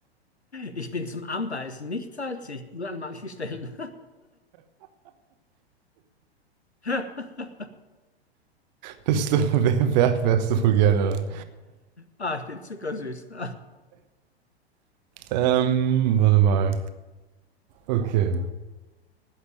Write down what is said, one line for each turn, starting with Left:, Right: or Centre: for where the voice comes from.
Left: Ich bin zum Anbeißen, nicht salzig, nur an manchen Stellen. <laughs>
Right: Das, <laughs> wer, wer, wärst du wohl gerne dann?
Left: Ah, ich bin zuckersüß. <laughs>
Right: Ähm, warte mal. Okay.